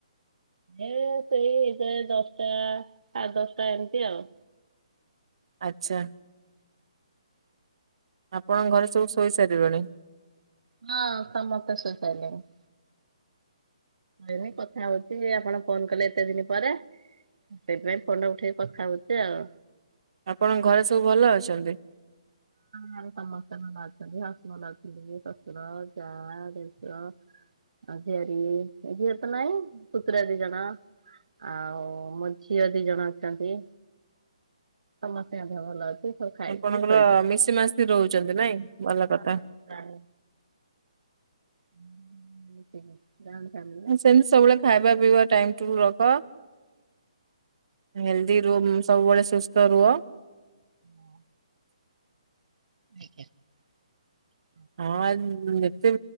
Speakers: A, on the right (about 80°); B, on the right (about 55°).
A: ଏ ସେଇଇଯ ଦଶଟା ସା଼େ ଦଶଟା ଏମିତି ଆଉ।
B: ଆ୍ଛା। ଆପଣଙ୍କ ଘରେ ସବୁ ଶୋଇ ସାରିଲେଣି?
A: ହଁ ସମସ୍ତେ ଶୋଇ ସାରିଲେନି। ନି କଥା ହଉଛି ଯେ ଆପଣ ଫୋନ କଲେ ଏତେ ଦିନ ପରେ ସେଇଥିପାଇଁ ଫୋନ୍ ଟା ଉଠେଇକି କଥା ହଉଛି ଆଉ।
B: ଆପଣଙ୍କ ଘରେ ସବୁ ଭଲ ଅଛନ୍ତି?
A: ହଁ ସମସ୍ତେ ଭଲ ଅଛନ୍ତି ହ ସମସ୍ତେ ଭଲ ଅଛନ୍ତି ଶଶୁର ଯା ଦେସ ଆ ସୋର ଏଜିତ ନାଇଁ ପୁତୁରା ଦି ଜଣା। ଆଉ ମୋ ଝିଅ ଦି ଜଣ ଅଛନ୍ତି। ସମସ୍ତେ ମଧ୍ୟ ଭଲ ଅଛି ସବୁ ଖାଇକି
B: ଆପଣଙ୍କର
A: ଶୋଇ
B: ମିଶି ମାସ ରହୁଛନ୍ତି ନାଇଁ ଭଲ
A: ହଁ
B: କଥା। <inaudible>
A: ପ୍ରାଣୀ <inaudible> ନା।
B: ସେମିତି ସବୁବେଳେ ଖାଇବା ପିଇବା ଟାଇମ ଟେବୁଲ୍ ରଖ ହେଲଦି ରୁ ସବୁବେଳେ ସୁସ୍ଥ ରୁହ
A: ହଁ <inaudible>
B: ହଁ ଯେତେ